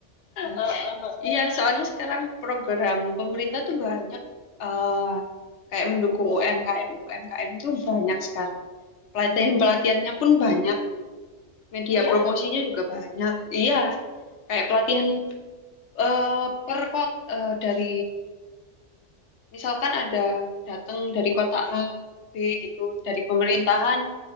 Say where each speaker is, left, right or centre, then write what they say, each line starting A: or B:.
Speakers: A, on the left; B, on the left.
A: Hmm.
B: Heeh, heeh.
A: Iya, soalnya sekarang program pemerintah tuh banyak eh, kayak mendukung UMKM, UMKM tuh banyak sekarang. Pelatihan-pelatihannya pun banyak, media
B: Oh ya?
A: promosinya juga banyak. Iya, kayak pelatihan eh, per kota eh, dari misalkan ada datang dari kota A B gitu dari pemerintahan